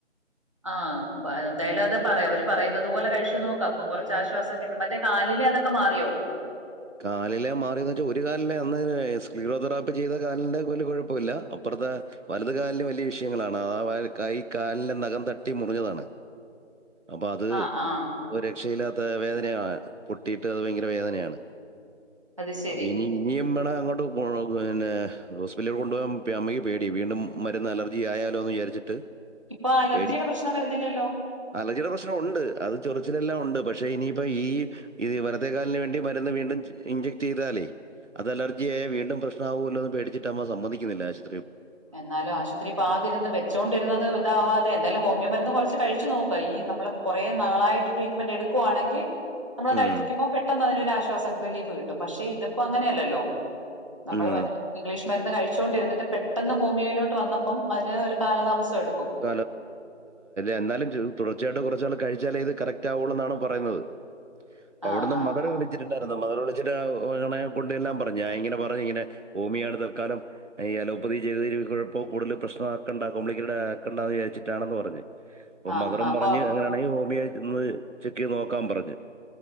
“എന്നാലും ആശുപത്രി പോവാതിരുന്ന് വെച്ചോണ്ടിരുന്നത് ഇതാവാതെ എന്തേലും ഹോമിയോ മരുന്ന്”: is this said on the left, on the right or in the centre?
Right